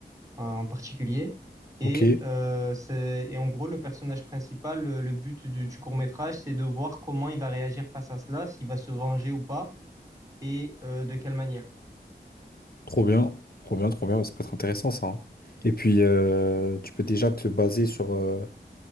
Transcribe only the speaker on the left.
Ok,
trop bien, trop bien, trop bien. Ça peut être intéressant, ça. hein. Et puis, euh, tu peux déjà te baser sur euh,